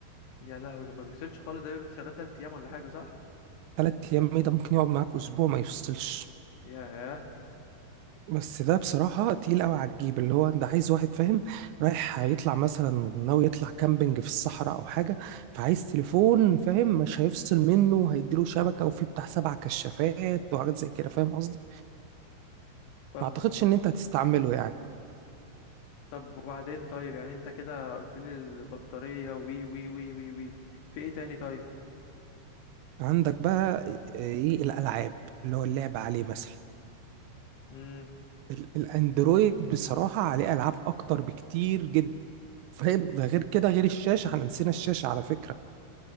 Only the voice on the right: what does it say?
3 ايام ايه ده ممكن يقعد معاك اسبوع ما يفصلش
بس ده بصراحة تقيل قوي على الجيب اللي هو انت عايز واحد فاهم رايح هيطلع مثلا ناوي يطلع كامبينج في الصحراء او حاجة فعايز تليفون فاهم مش هيفصل منه وهيديله شبكة وفيه بتاع سبع كشافات وحاجات زي كده فاهم قصدي
ما اعتقدش
ان انت هتستعمله يعني
عندك بقى ايه إيه، الالعاب اللي هو اللعب عليه مثلا
ال- الاندرويد بصراحة عليه العاب اكتر بكتير جدا فاهم ده غير كده غير الشاشة احنا نسينا الشاشة على فكرة